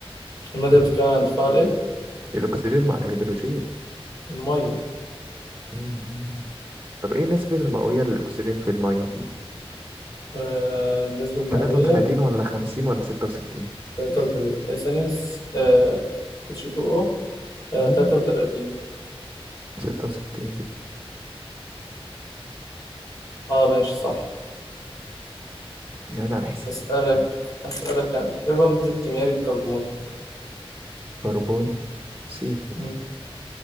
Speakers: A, on the left; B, on the right.
A: المادة بتتكون عن تفاعل ايه؟
B: الاكسجين مع الهيدروجين
A: المية
B: مم. طب ايه نسبة المئوية للاكسجين في المية
A: آه النسبة المئوية
B: 33 ولا 50 ولا 66
A: 33 آه، ثانية س- آه H2O آه
B: مم.
A: 33
B: 66
A: اه ماشي صح
B: يعني على الحساب
A: أسألك
B: ماشي
A: أسألك أنا إيه الرمز الكيميائي للكربون؟
B: كربون سي
A: مم.